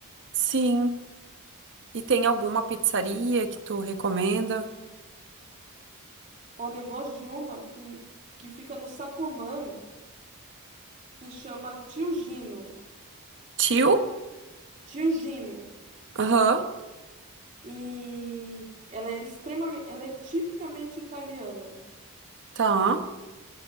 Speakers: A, on the right (about 55°); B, on the right (about 35°).
A: sim. E tem alguma pizzaria que tu recomenda?
B: Olha, eu gosto de uma que, que fica no Sacomã, que chama Tio Gino.
A: Tio?
B: Tio Gino.
A: Aham,
B: E ela é extremamente, ela é tipicamente italiana.
A: tá.